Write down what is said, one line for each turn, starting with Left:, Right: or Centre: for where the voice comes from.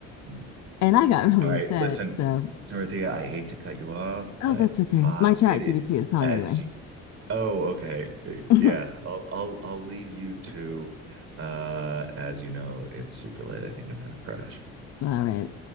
Right: mm.
Left: and I got <laughs> really
Right: All right,
Left: upset.
Right: listen,
Left: So,
Right: Dorothea, I hate to cut you off,
Left: oh,
Right: but
Left: that's okay.
Right: uh
Left: My chat
Right: it
Left: GBT
Right: is
Left: is calling
Right: as
Left: anyway.
Right: you Oh, okay. Uh,
Left: <laughs>
Right: Yeah, I'll I'll I'll leave you to uh as you know, it's super late. I think I'm gonna crash.
Left: All right.